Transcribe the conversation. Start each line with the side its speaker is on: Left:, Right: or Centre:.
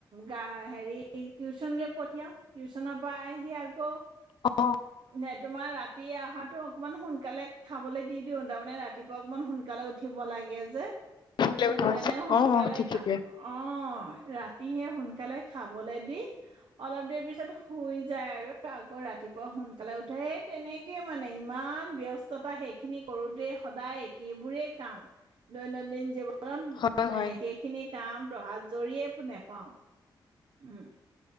Right: গা হেৰি টিউচনলে। পঠিয়াও টিউশনৰ পৰা আহি আকৌ।
Left: অ
Right: নে তোমাৰ ৰাতি অহাটো অকনমান সোনকালে খাবলৈ দি দিও তাৰমানে ৰাতিপুৱা অকমান সোনকালে উঠিব লাগে যে।
Left: ভোক লাগি
Right: সেইটো
Left: ধৰিছে।
Right: কাৰণে সোনকালে
Left: অ অ ঠিক
Right: খা
Left: ঠিকে
Right: অ ৰাতিহে সোনকালে। সোনকালে খাবলে দি অলপ দেৰি পিছত শুই যায় আৰু আকৌ ৰাতিপুৱা সোনকালে উঠে এই তেনেকে মানে ইমান ব্যস্ততা সেইখিনি কৰোতে সদায় একেইবোৰে কাম দৈনন্দিন জীৱ। কাৰণ
Left: হয়
Right: মানে
Left: হয়
Right: সেই খিনি। কাম তহাত আজৰিয়ে নেপাও উম।